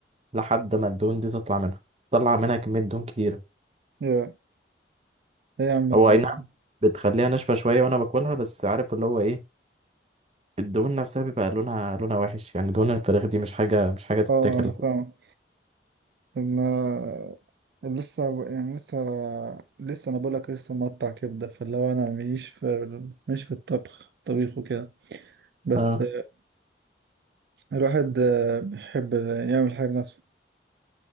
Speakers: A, on the right; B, on the right.
A: لحد ما الدهون دي تطلع منها تطلع منها كمية دهون كتيرة
B: يا ايه يا عم ال-
A: هو أي نعم بتخليها ناشفة شوية وأنا باكلها بس عارف اللي هو إيه الدهون نفسها بيبقى لونها لونها وحش يعني دهون الفراخ دي مش حاجة مش حاجة تتاكل
B: اه انا فاهم ما لسه يعني لسه لسه انا بقولك لسه مقطع كبده فاللي هو انا مش في ال- مش في الطبخ طبيخ وكده بس
A: اه
B: الواحد آه، بيحب يعمل حاجه بنفسه